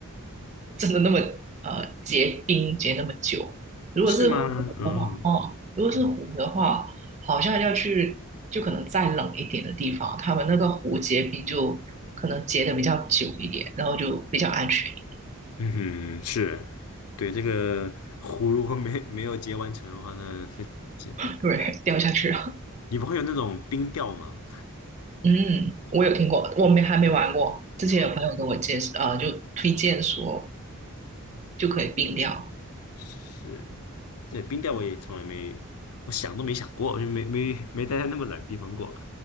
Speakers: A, on the right; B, on the left.
A: 真的那么呃结冰结那么久。如果是湖的话，
B: 是吗？嗯
A: 如果是湖的话，
B: 嗯
A: 好像要去就可能再冷一点的地方，他们那个湖结冰就可能结的比较久一点，然后就比较安全一点。
B: 嗯哼，是，对，这个 <laughs> 湖如果没没有结完成的话，那非常危险。
A: 对，<laughs> 掉下去了。
B: 你不会有那种冰钓吗？
A: 嗯，我有听过，我没还没玩过。
B: 没玩过
A: 之前有朋友跟我介绍，呃，就推荐说就可以冰掉。
B: 是，对，冰钓我也从来没，我想都没想过，就没没没待在那么冷的地方过。